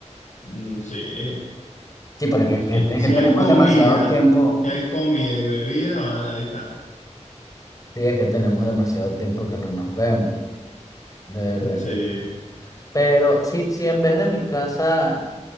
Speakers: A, on the left; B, on the left.
A: Mm, Sí,
B: Sí, porque es
A: si
B: que-
A: hay,
B: es
A: si
B: que tenemos
A: hay comida,
B: demasiado tiempo.
A: si hay comida y bebida, va- ahí están.
B: Sí, es que tenemos demasiado tiempo que no nos vemos, de
A: Mm,
B: verdad
A: Sí.
B: que sí. Pero sí, sí, en vez de mi casa,